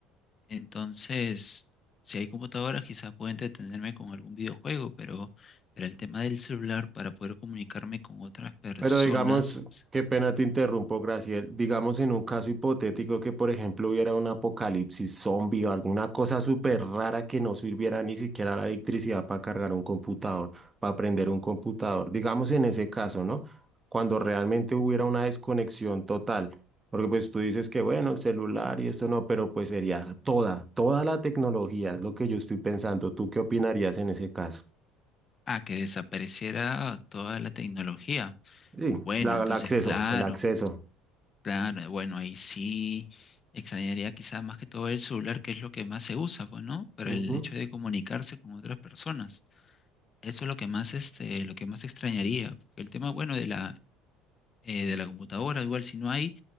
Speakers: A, on the left (about 35°); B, on the right (about 20°).
A: Entonces, si hay computadoras, quizás pueda entretenerme con algún videojuego, pero, pero el tema del celular para poder comunicarme con otras personas,
B: Pero digamos,
A: o sea,
B: qué pena te interrumpo, Graciel. Digamos en un caso hipotético que, por ejemplo, hubiera un apocalipsis zombie o alguna cosa súper rara que no sirviera ni siquiera la electricidad para cargar un computador, para prender un computador. Digamos en ese caso, ¿no? Cuando realmente hubiera una desconexión total. Porque pues tú dices que, bueno, el celular y esto no, pero pues sería toda, toda la tecnología, es lo que yo estoy pensando. ¿Tú qué opinarías en ese caso?
A: ah, que desapareciera toda la tecnología.
B: Sí,
A: Bueno,
B: la-
A: entonces,
B: el acceso,
A: claro,
B: el acceso.
A: claro, eh, bueno, ahí sí extrañaría quizás más que todo el celular, que es lo que más se usa, bueno, para
B: Ujú,
A: el hecho de comunicarse con otras personas. Eso es lo que más, este, lo que más extrañaría. El tema, bueno, de la eh, de la computadora, igual si no hay,